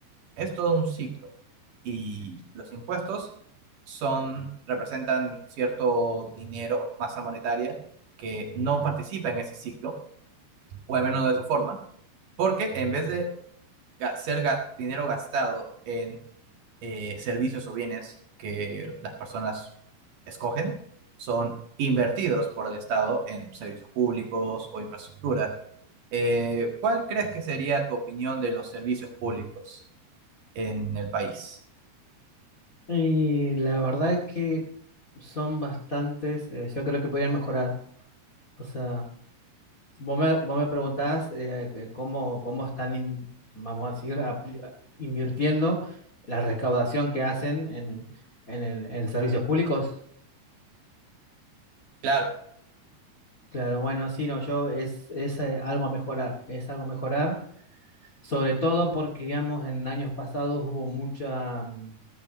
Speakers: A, on the right (about 60°); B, on the left (about 30°).
A: Es todo un ciclo y los impuestos son, representan cierto dinero, masa monetaria, que no participa en ese ciclo, o al menos no de esa forma, porque en vez de ser ga- dinero gastado en eh, servicios o bienes que las personas escogen, son invertidos por el Estado en servicios públicos o infraestructura. Eh, ¿cuál crees que sería tu opinión de los servicios públicos en el país?
B: Y la verdad es que son bastantes, eh, yo creo que podrían mejorar. O sea, Vos me, vos me preguntabas eh, eh, cómo, cómo están, in- vamos a decir, apli- invirtiendo la recaudación que hacen en, en el- en servicios públicos.
A: Claro,
B: Claro, bueno, sí, no, yo es, es eh, algo a mejorar, es algo a mejorar, sobre todo porque, digamos, en años pasados hubo mucha, mm,